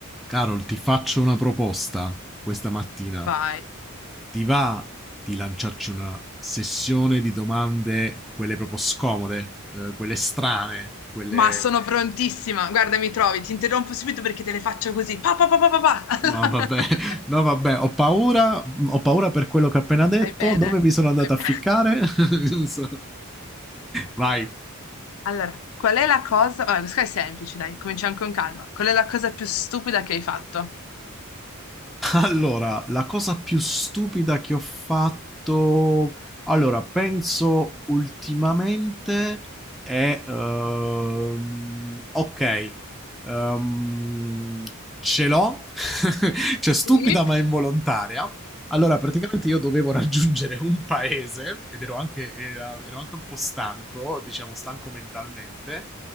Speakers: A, in the centre; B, on the left (about 70°).
A: Carol, ti faccio una proposta questa mattina.
B: Vai.
A: Ti va di lanciarci una sessione di domande, quelle proprio scomode, eh, quelle strane, quelle...
B: Ma sono prontissima. Guarda, mi trovi, ti interrompo subito perché te le faccio così. Pa, pa, pa, pa, pa, pa.
A: No, vabbè, <laughs>
B: <laughs>
A: no, vabbè, ho paura, ho paura per quello che ho appena detto,
B: Vai bene.
A: dove mi sono andato
B: Vai
A: a ficcare?
B: bene.
A: <laughs> Non so. Vai.
B: Allora, qual è la cosa... Vabbè, questa è semplice, dai, cominciamo con calma. Qual è la cosa più stupida che hai fatto?
A: Allora, la cosa più stupida che ho fatto, allora, penso ultimamente è, ehm, ok, ehm, ce l'ho, <laughs> cioè stupida
B: Sì.
A: ma involontaria. Allora, praticamente io dovevo raggiungere un paese ed ero anche, era- ero anche un po' stanco, diciamo stanco mentalmente,